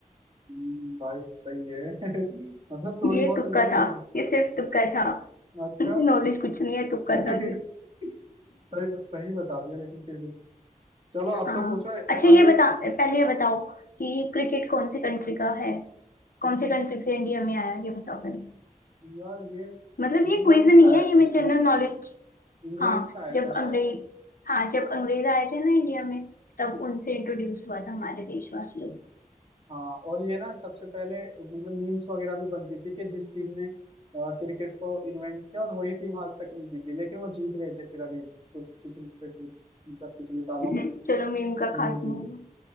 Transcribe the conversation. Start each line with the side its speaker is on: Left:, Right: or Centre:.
Right: हम्म, भाई सही है <laughs> मतलब थोड़ी
Left: ये
Right: बहुत
Left: तुक्का
Right: नॉलेज
Left: था
Right: है
Left: ये सिर्फ तुक्का था
Right: अच्छा
Left: नॉलेज कुछ नहीं है तुक्का
Right: <laughs>
Left: था ये
Right: सही सही बता दिया लेकिन फिर भी चलो अब
Left: हाँ
Right: तो पूछो
Left: अच्छा ये
Right: अब एक
Left: बता पहले ये बताओ कि क्रिकेट कौन से कंट्री का है कौन से कंट्री से इंडिया में आया ये बताओ पहले
Right: यार ये
Left: मतलब
Right: इंग्लैंड
Left: ये क्विज नहीं
Right: से आया
Left: है
Right: था
Left: ये मैं
Right: शायद
Left: जनरल नॉलेज
Right: इंग्लैंड
Left: हाँ
Right: से आया
Left: जब
Right: था
Left: अंग्रेज
Right: शायद
Left: हाँ जब अंग्रेज आए थे ना इंडिया में तब उनसे इंट्रोड्यूस हुआ था हमारे देशवासियों
Right: हाँ और ये ना सबसे पहले मतलब मीम्स वगैरह भी बनती थी कि जिस टीम ने अ, क्रिकेट को इन्वेंट किया और वही टीम आज तक नहीं जीती लेकिन वो जीत गए थे फिर अभी कुछ पिछले पिछले मतलब पिछले सालों
Left: को।
Right: में
Left: चलो मीम का खात्मा
Right: वो जी
Left: हुआ